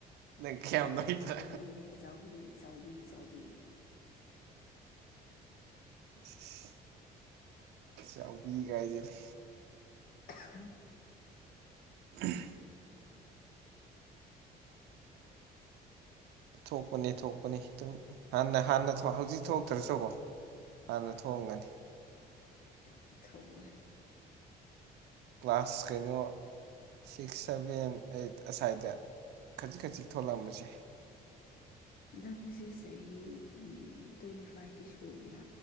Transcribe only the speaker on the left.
ꯆꯥꯎꯕꯤꯅꯦ ꯆꯥꯎꯕꯤ ꯆꯥꯎꯕꯤ ꯆꯥꯎꯕꯤ
ꯎ
ꯊꯣꯛꯑꯣꯏ
ꯅꯪꯁꯦ ꯆꯍꯤ ꯇ꯭ꯋꯦꯟꯇꯤ ꯐꯥꯏꯚꯇꯤ ꯁꯨꯕ꯭ꯔꯥ